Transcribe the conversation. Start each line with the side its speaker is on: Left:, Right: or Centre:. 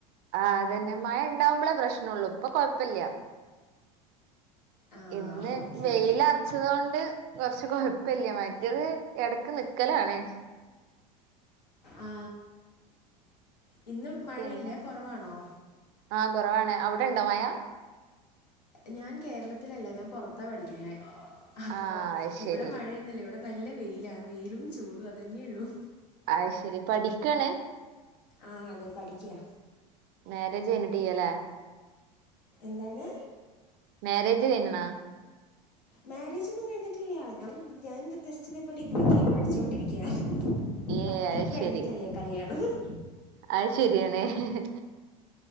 Right: ആ അതന്നെ മഴ ഇണ്ടാവുമ്പോളേ പ്രശ്നള്ളു ഇപ്പൊ കൊഴപ്പില്ല
Left: ആ
Right: ഇന്ന്
Left: ഓക്കെ
Right: വെയിലറച്ചതോണ്ട്
Left: ഓക്കെ
Right: കുറച്ച് കൊഴപ്പില്ല മറ്റയത് ഇടക്ക് നിക്കലണേ
Left: ആ ഇന്ന് മഴയില്ല
Right: പിന്നെ
Left: കുറവാണോ
Right: ആഹ് കുറവാണ് അവിടെണ്ടോ മായ
Left: ഞാൻ കേരളത്തിലല്ല ഞാൻ പുറത്താ പഠിക്കണേ അപ്പോൊ
Right: ആഹ് അത് ശരി
Left: ഇവിടം മഴയൊന്നില്ല ഇവിടെ നല്ല വെയിലാ വെയിലും ചൂടും അതന്യേ ഉള്ളൂ
Right: അയ് ശരി പഠിക്കയാണ്
Left: ആഹ അതെ പഠിക്കയാ
Right: മാരേജ് കഴഞ്ഞിട്ടീയ അല്ലേ
Left: എന്താണ്
Right: മാരേജ് കഴിഞ്ഞണ
Left: മേരേജ് ഒന്നും കഴിഞ്ഞിട്ടില്ല ഞ ഞാൻ ജസ്റ്റ് ഇതിപ്പോൾ ഡിഗ്രിക്ക് പഠിച്ചുകൊണ്ടിരിക്കയാണ്
Right: ഏഹ്
Left: പഠിത്തൊക്കെ
Right: അത് ശരി
Left: കഴിഞ്ഞിട്ടല്ലേ കല്യാണം മ്മ്
Right: അത് ശരിയണേ ഹ്ഹ്ഹ്